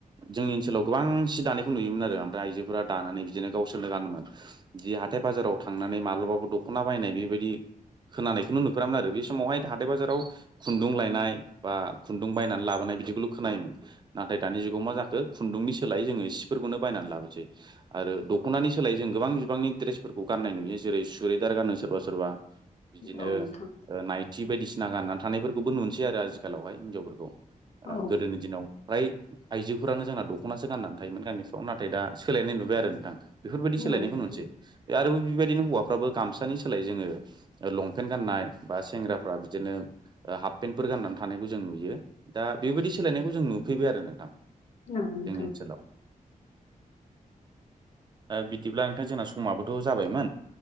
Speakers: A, on the right; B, on the left.
A: जोंनि ओनसोलाव गोबां सि दानायखौ नु नुयोमोन आरो आमफ्राय आयजोफोरा दानानै बिदिनो गावसोरनो गानोमोन हाथाइ बाजाराव थांनानै माब्लाबाबो दखना बायनाय बेबायदि खोनानायखौनो नुफेरामोन आरो बे समावहाय हाथाय बाजाराव खुन्दुं लायनाय बा खुन्दुं बायनानै लाबो लाबोनाय बिदिखौल खोनायोमोन नाथाय दानि जुगाव मा जाखो खुन्दुंनि सोलाय जोङो सिफोरखौनो बायनानै लाबोसै आरो दख'नानि सोलाय जों गोबां बिबांनि द्रेसफोरखौ गाननाय नुयो जेरै सुरिदार गानो सोरबा सोरबा बिदिनो
B: औ नोंथां
A: नाइथि बायदिसिना गाननानै थानायफोरखौबो नुनोसै आरो आजिखालावहाय हिनजावफोरखौ
B: औ नोंथां औ
A: गोदोनि दिनावफ्राय आइजोफोरानो जोंना दख'नासो गाननानै थायोमोन गामिफ्राव नाथाय दा सोलायनाय नुबाय आरो नोंथां बेफोरबायदि सोलायनायखौ
B: नोंथां औ नोंथां
A: नुनोसै आरो बेबायदिनो हौवाफ्राबो गामसानि सोलाय जोङो लंपेन गाननाय बा सेंग्राफ्रा बिदिनो हाफ पेन्टफोर गाननानै थानायखौ जों नुयो दा बेबायदि सोलायनायखौ जों नुफैबाय आरो नोंथां
B: औ नोंथां
A: जोंनि ओनसोलाव ओ बिदिब्ला नोंथां जोंना समाबोथ' जाबायमोन